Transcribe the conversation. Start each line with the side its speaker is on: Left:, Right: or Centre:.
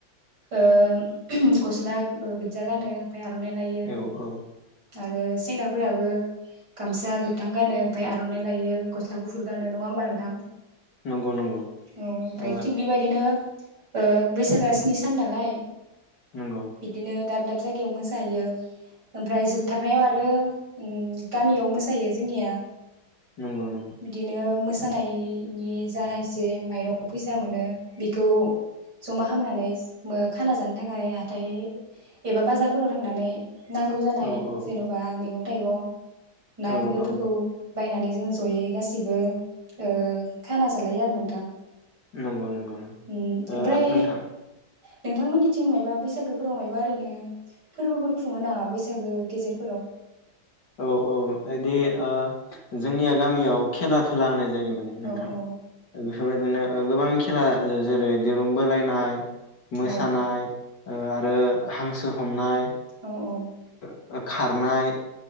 Right: ओ गस्ला गोजा गानो बेनिफ्राय आर'नाइ लायो
Left: औ औ
Right: आरो सेंग्राफोराबो गामसा गोथां गानो ओमफाय आर'नाइ लायो गस्ला गुफुर गानो नङा होमबा नोंथां
Left: नंगौ नंगौ
Right: औ ओमफाय
Left: ओ
Right: थिग बेबायदिनो ओ बैसागा स्नि सान नालाय
Left: नंगौ
Right: बिदिनो दाब दाब जायगायाव मोसायो ओमफ्राय जोबथारनायाव आरो उम गामियाव मोसायो जोंनिया
Left: नंगौ नंगौ
Right: बिदिनो मो सानायनि नि जा एसे माइरं फैसा मोनो बेखौ जमा खालामनानै मो खाना जानो था नाय हाथाय एबा बाजारफोराव थांनानै नांगौ जानाय
Left: औ औ
Right: जेन'बा मैगं थाइगं ना
Left: औ
Right: बेदर फोरखौ
Left: औ
Right: बायनानै जों जयै गासिबो ओ खाना जालायो आरो नोंथां
Left: नंगौ नंगौ
Right: ओमफ्राय
Left: ओ नोंथां
Right: नोंथांमोननि थिं मायबा बैसागोफोराव मायबा ओरैनो फोरबोफोर खुङो नाङा बैसागो गेजेरफोराव
Left: औ औ इदि ओ जोंनिया गामियाव खेला धुला होनाय जायो माने नोंथां
Right: औ औ
Left: बेफोरबायदिनो अ गोबां खेला जेरै दिरुं बोलायनाय मोसानाय
Right: औ
Left: ओं आरो हांसो हमनाय
Right: औ औ
Left: ओ खारनाय